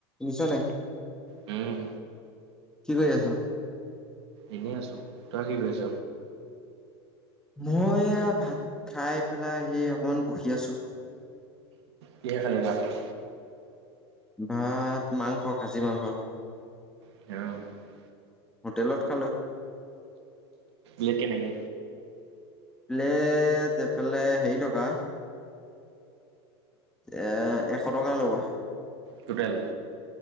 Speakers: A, in the centre; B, on the right.
A: নিছা নাই।
B: উম।
A: কি কৰি আছ?
B: এনেই আছোঁ, তই কি কৰিছ?
A: মই এয়া, ভাত খাই পেলাই সেৰি অকমান বহি আছো।
B: কিহেৰে খালি ভাত।
A: ভাত মাংস, খাছী মাংস।
B: অ'।
A: হোটেলত খালোঁ।
B: লেকেনেকে।
A: লে এইফালে হেৰি টকা। এ এশ টকা ল'ব।
B: টুটেল?